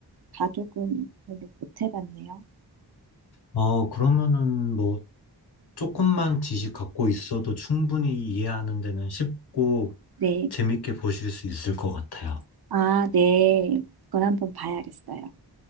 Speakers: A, on the right; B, on the left.
A: 바둑은 별로 못 해봤네요.
B: 어, 그러면은 뭐, 조금만 지식 갖고 있어도 충분히 이해하는 데는 쉽고
A: 네.
B: 재밌게 보실 수 있을 것 같아요.
A: 아, 네. 그걸 한번 봐야겠어요.